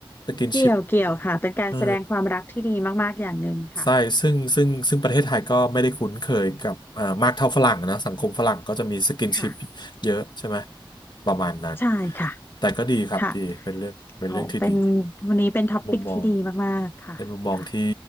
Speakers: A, on the left; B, on the left.
A: สกินชิป
B: เกี่ยวเกี่ยวค่ะ เป็นการแสดงความรักที่ดีมากๆ
A: เออ
B: อย่างหนึ่งค่ะ
A: ใช่ซึ่งซึ่งซึ่งประเทศไทยก็ไม่ได้คุ้นเคยกับอ่ามากเท่าฝรั่งนะสังคมฝรั่งก็จะมีสกินชิป
B: ค่ะ
A: เยอะใช่ไหมประมาณนั้น
B: ใช่ค่ะ
A: แต่ก็ดีครับดีเป็นเรื่องเป็นเรื่องที่ดี
B: ค่ะโอ้เป็นวันนี้เป็นท็อปิกที่ดีมากๆ
A: มุมมอง
B: ค่ะค่ะ
A: เป็นมุมมองที่